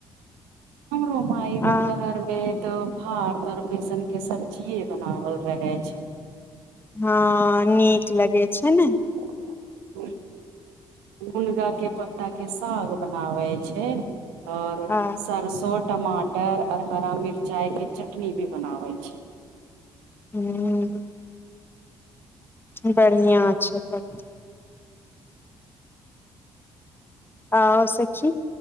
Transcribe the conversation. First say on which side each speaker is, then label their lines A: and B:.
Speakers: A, on the right (about 80°); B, on the left (about 20°).
A: हमरो माई दुपहर
B: आ
A: में तऽ भात और बेसन के सब्जीेये बनावल रहेै छै
B: ह नीक लगै छै ने
A: <inaudible> मुनगा के पत्ता के साग बनावे छै और
B: आ
A: सरसो टमाटर और हरा मिरचाय के चटनी भी बनावे छै
B: हुँ बढ़िया छै तब तऽ अओ सखी